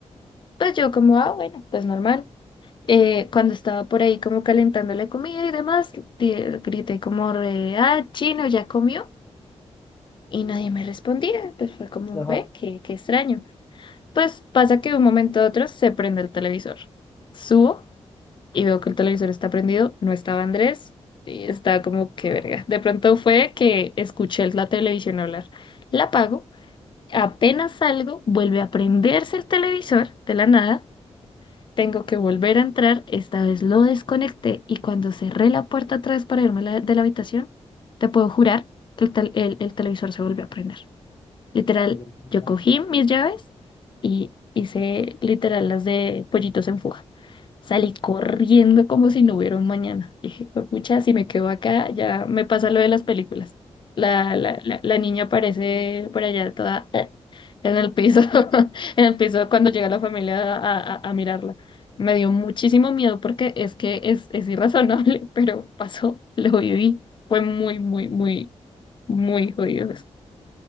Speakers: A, on the left (about 40°); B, on the left (about 25°).
A: Pues yo como, ah, bueno, pues normal. Eh, cuando estaba por ahí como calentando la comida y demás, di- grité como, de, ah, chino, ¿ya comió? Y nadie me respondía, pues fue como,
B: Ajá.
A: ve, qué, qué extraño. Pues pasa que de un momento a otro se prende el televisor. Subo y veo que el televisor está prendido, no estaba Andrés, y estaba como que verga. De pronto fue que escuché la televisión hablar. La apago, apenas salgo, vuelve a prenderse el televisor de la nada. Tengo que volver a entrar, esta vez lo desconecté y cuando cerré la puerta atrás para irme a la- de la habitación, te puedo jurar que el, tel- el el televisor se volvió a prender. Literal,
B: Ya.
A: yo
B: ya.
A: cogí mis llaves y hice literal las de pollitos en fuga. Salí corriendo como si no hubiera un mañana. Dije, pucha, si me quedo acá, ya me pasa lo de las películas. La, la, la, la niña aparece por allá toda eh, en el piso, <laughs> en el piso cuando llega la familia a, a, a mirarla. Me dio muchísimo miedo porque es que es, es irrazonable, <laughs> pero pasó, lo viví. Fue muy, muy, muy, muy jodido eso.